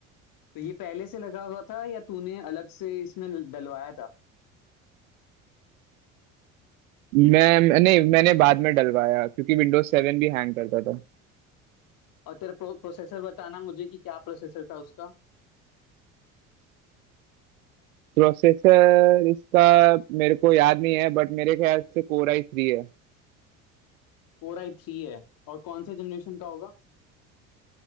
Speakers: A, on the left (about 55°); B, on the right (about 75°).
A: तो ये पहले से लगा हुआ था या तूने अलग से इसमें डलवाया था
B: मैं नहीं मैंने बाद में डलवाया क्योंकि विंडोज सेवन भी हैंग करता था
A: और तेरा प्रो, प्रोसेसर बताना मुझे कि क्या प्रोसेसर था उसका
B: प्रोसेसर इसका मेरे को याद नहीं है बट मेरे ख्याल से कोर आई थ्री है
A: कोर आई थ्री है और कौन से जनरेशन का होगा